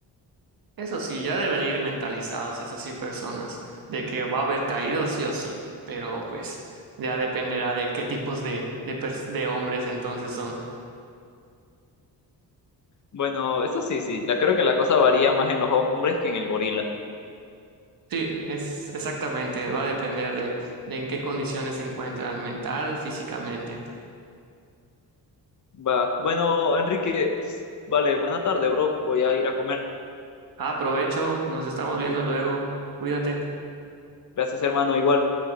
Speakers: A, on the right; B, on the left.
A: Eso sí, ya deben ir mentalizados esas 100 personas de que va a haber caídos sí o sí, pero pues ya dependerá de qué tipos de, de, pers- de hombres entonces son.
B: Bueno, eso sí, sí, la creo que la cosa varía más en los hombres que en el gorila.
A: Sí, es exactamente, va a depender de, de en qué condiciones se encuentran mental, físicamente.
B: Va. Bueno, Enrique, vale, buena tarde, bro. Voy a ir a comer.
A: Ah, aprovecho, nos estamos viendo luego, cuídate.
B: Gracias, hermano, igual.